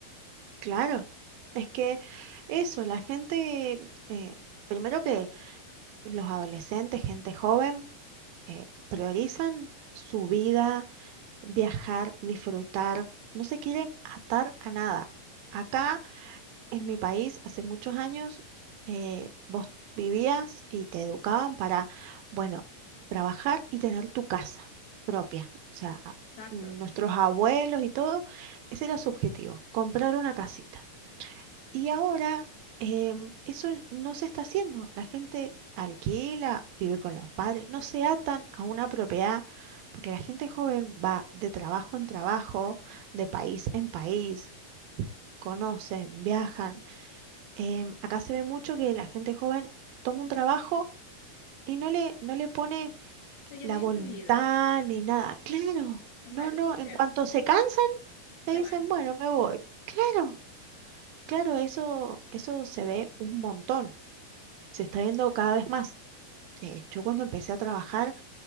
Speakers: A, on the right (about 75°); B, on the left (about 75°).
A: claro, es que eso, la gente, eh, primero que los adolescentes, gente joven, eh, priorizan su vida, viajar, disfrutar, no se quieren atar a nada. Acá en mi país, hace muchos años, eh, vos vivías y te educaban para, bueno, trabajar y tener tu casa propia. O sea, a-
B: Exacto.
A: nuestros
B: O
A: abuelos y todo, ese era su objetivo, comprar una casita. Y ahora em, eso no se está haciendo. La gente alquila, vive con los padres, no se atan a una propiedad, porque la gente joven va de trabajo en trabajo, de país en país, conocen, viajan. Em, acá se ve mucho que la gente joven toma un trabajo y no le, no le pone
B: sea, ya
A: la
B: no hay
A: voluntad
B: estabilidad.
A: ni nada. Claro,
B: O
A: no,
B: sea, es
A: no,
B: como
A: en
B: que
A: cuanto se cansan,
B: se
A: te dicen,
B: van.
A: bueno, me voy. Claro, claro, eso, eso se ve un montón. se está viendo cada vez más. Eh, yo cuando empecé a trabajar,